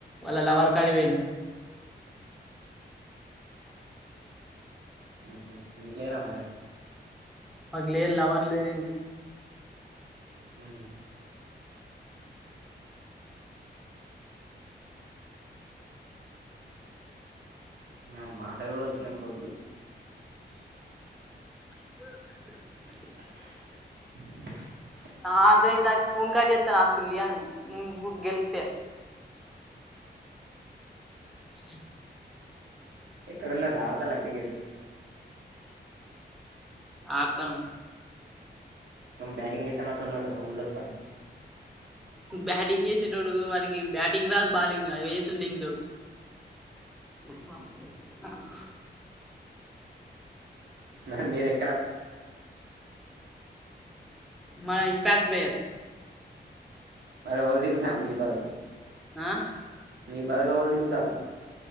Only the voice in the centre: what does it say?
వాళ్ళ లవర్ కాడి ఓయిండు
మాకు లేరు లవర్ లేరండి
<inaudible>
ఆదే తక్కువ ఉంటె చెత్తన అస్సలు <unintelligible> మ్మ్ బుగ్గలు తే <unintelligible>
ఆడతన్నా
బ్యాటింగ్ చేసేటోడు వాళ్కి బ్యాటింగ్ రాదు బాలింగ్ రాదు వికెట్లు! !!!!!!! ఆ
మన ఇంపాక్ట్ వేరు
ఆ